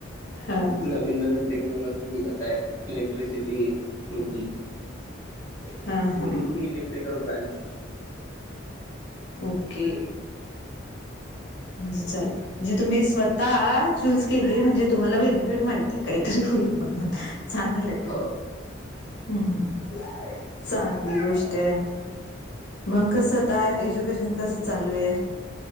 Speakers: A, on the left; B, on the left.
A: हा हम्म
B: नवीन नवीन टेक्नॉलॉजी निघत आहे इलेक्ट्रिसिटी मुद्दी
A: हा हा
B: रेडमी इलेक्ट्रिकल ब्रांड चूज केली
A: ओके म्हणजे चला म्हणजे तुम्ही स्वतः चूज केली म्हणजे तुम्हाला बेनिफिट माहितीे काहीतरी होईन म्हण चांगले
B: हो
A: हम्म् चांगली गोष्ट आहे मग कसंताय एज्युकेशन कसं चालू आहे